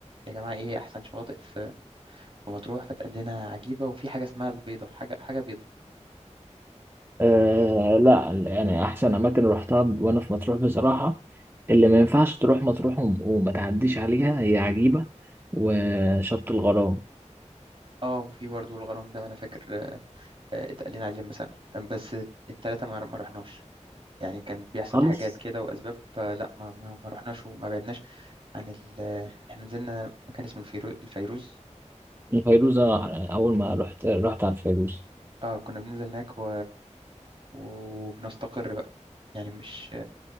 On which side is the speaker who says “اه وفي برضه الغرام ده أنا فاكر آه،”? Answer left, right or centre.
Right